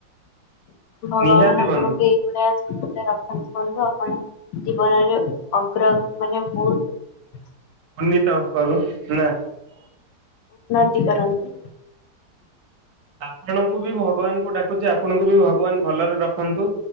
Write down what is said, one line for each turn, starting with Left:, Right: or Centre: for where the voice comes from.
Left: ଭଗବାନ
Right: ନିହାତି
Left: ଆପଣଙ୍କୁ
Right: ବନ୍ଧୁ
Left: ଏଇଭଳିଆ ସବୁବେଳେ ରଖନ୍ତୁ ବନ୍ଧୁ ଆଉ। ଆ ଜୀବନରେ ଅଗ୍ର ମାନେ ବହୁତ
Right: ଉନ୍ନୀତ କରୁ ନା।
Left: ସ୍ଥିି କରନ୍ତୁ।
Right: ଆପଣଙ୍କୁ ବି ଭଗବାନଙ୍କୁ ଡାକୁଛି ଆପଣଙ୍କୁ ବି ଭଗବାନ ଭଲରେ ରଖନ୍ତୁ।